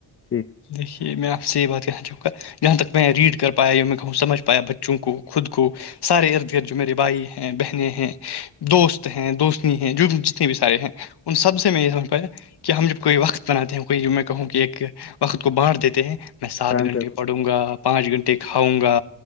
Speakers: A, on the left; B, on the left.
A: جی
B: دیکھیے میں آپ سے یہ بات کہاں چکا جہاں تک میں ریڈ کر پایا یا میں کہوں سمجھ پایا بچوں کو خود کو سارے ارد گرد جو میرے بھائی ہیں بہنیں ہیں دوست ہیں دوستنی ہیں جو بھی سارے ہیں ان سب سے میں یہ سمجتاا کہ ہم جب کوئی وقت بناتے ہیں کوئی میں کہوں کہ ایک وقت کو بانٹ دیتے ہیں میں سات
A: ٹائم
B: گھنٹے
A: ٹیبل
B: پڑوں گا پانچ گھنٹے کھاؤں گا